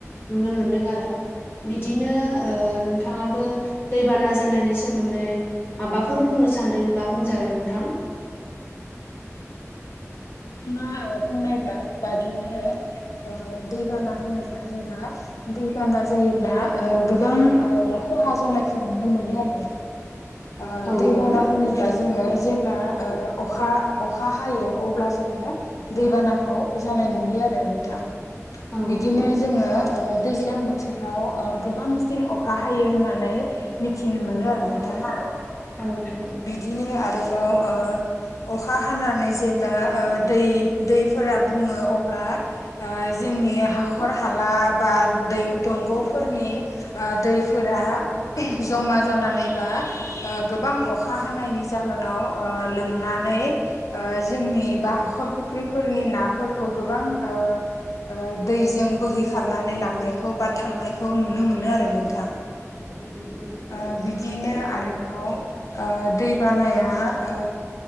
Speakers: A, on the left; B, on the left.
A: नुनो मोनदों आरो बिदिनो ओ नोंथाङाबो दैबाना जानायनि सोमोन्दै माबाफोर बुंनो सानदोंब्ला बुंजागोन नोंथां।
B: नोंथांङा बुंनायब्ला बादिनो ओ दै बाना होनोब्ला जोंहा दैबाना जायोब्ला ओ गोबां ओ खहा जानायखौ नुनो मोनो आरो नोंथां। आ
A: औ
B: दैबाना
A: नंगौ
B: होनोब्ला जोंङो जेब्ला ओ अखा अखा हायो अब्ला जोंङो दैबानाखौ जानाय नुयो आरो नोंथां
A: औ
B: बिदिनो
A: नंगौ
B: जोंङो ओ दैज्लां बोथोराव ओ गोबांसिन अखा हायो होननानै मिथिनो मोनो आरो। नोंथां
A: मोनो आरो नोंथां औ नंगौ।
B: बिदिनो आरोबाव ओ अखा हानानै जेब्ला ओ दै दैफोरा बुंङो अब्ला ओ जोंनि हाखर हाला बा दै दंग'फोरनि ओ दैफोरा जमा जानानैबा ओ गोबां अखा हानायनि जाहोनाव ओ लोमनानै ओ जोंनि बा हाखर फुख्रिफोरनि नाफोरखौ गोबां ओ ओ दैजों बोहै खारनानै लांनायखौ बा थांनायखौ नुनो मोनो आरो नोंथां।
A: <unintelligible>
B: ओ बिदिनो आरोबाव ओ दै बानाया‌ ओ